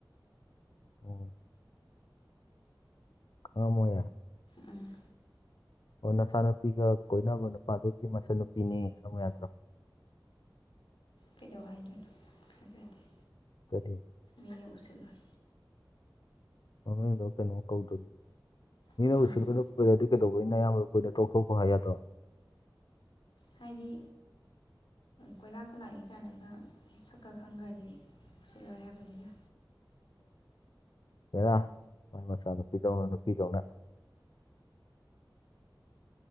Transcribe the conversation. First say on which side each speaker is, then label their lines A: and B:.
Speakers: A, on the left; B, on the left.
A: ꯎꯝ ꯀꯝ ꯑꯣꯏꯦ
B: ꯎꯝ
A: ꯑꯣ ꯅꯆꯥꯅꯨꯄꯤꯒ ꯀꯣꯏꯅꯕ ꯅꯨꯄꯥꯗꯨꯒꯤ ꯃꯆꯟꯅꯨꯄꯤꯅꯤ ꯍꯥꯏꯝ ꯌꯥꯗ꯭ꯔꯣ
B: ꯀꯩꯗꯧ ꯍꯥꯏꯗꯣꯏꯅꯣ ꯍꯥꯏꯕꯗꯤꯦ
A: ꯀꯗꯤ
B: ꯑꯅꯤ ꯎꯁꯤꯜꯂꯣꯏ
A: ꯃꯃꯤꯡꯗꯣ ꯀꯩꯅꯣ ꯀꯧꯗꯣꯏꯅꯤ ꯃꯤꯅ
B: ꯀꯅꯥꯅꯣ
A: ꯎꯁꯤꯜꯂꯗ ꯀꯨꯏꯔ ꯑꯗꯨ ꯀꯩꯗꯧꯕꯒꯤꯩꯅ ꯑꯌꯥꯝꯕ ꯀꯨꯔ ꯇꯣꯛꯊꯣꯛꯄ ꯍꯥꯏ ꯌꯥꯗ꯭ꯔꯣ
B: ꯍꯥꯏꯗꯤ ꯀꯣꯏꯔꯥꯛꯀ ꯂꯥꯛꯏ ꯀꯥꯏꯅꯒ ꯁꯛꯀ ꯈꯪꯈ꯭ꯔꯗꯤ ꯁꯤꯜꯂꯣꯏ ꯍꯥꯏꯕꯅꯤꯅ
A: ꯍꯔꯥ ꯃ ꯃꯆꯥ ꯅꯨꯄꯤꯗꯧꯅ ꯅꯨꯄꯤꯗꯧꯅ